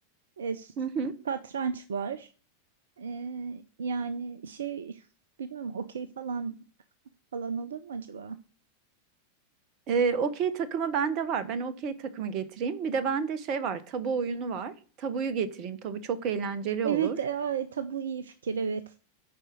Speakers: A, on the right; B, on the right.
A: E,
B: <laughs>
A: satranç var. E, yani şey bilmiyorum okey falan falan olur mu acaba?
B: Ee, okey takımı bende var. Ben okey takımı getireyim. Bir de bende şey var. Tabu oyunu var. Tabuyu getireyim. Tabu çok eğlenceli
A: Evet
B: olur.
A: e, ay, tabu iyi fikir evet.